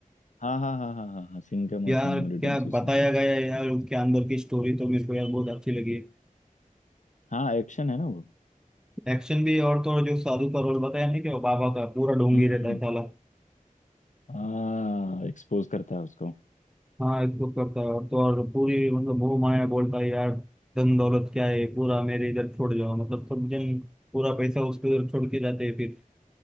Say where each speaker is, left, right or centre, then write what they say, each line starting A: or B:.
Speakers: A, on the left; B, in the centre.
A: हाँ हाँ हाँ हाँ हाँ हाँ सिंघम और
B: यार
A: सिंघम
B: क्या
A: रिटर्न्स उसी
B: बताया गया है यार उनके अंदर की स्टोरी तो मेरे को यार बहुत अच्छी लगी
A: हाँ एक्शन है ना वो
B: एक्शन भी और तो और जो साधु का रोल बताया नहीं कि वो बाबा का पूरा ढोंगी
A: हम्म हम्म
B: रहता
A: हम्म।
B: है साला
A: हाँ एक्सपोज करता है उसको
B: हाँ इसको करता है और तो और पूरी मतलब मोह माया बोलता है यार धन दौलत क्या है पूरा मेरे इधर छोड़ जाओ मतलब सब जन पूरा पैसा उसके उधर छोड़ के जाते हैं फिर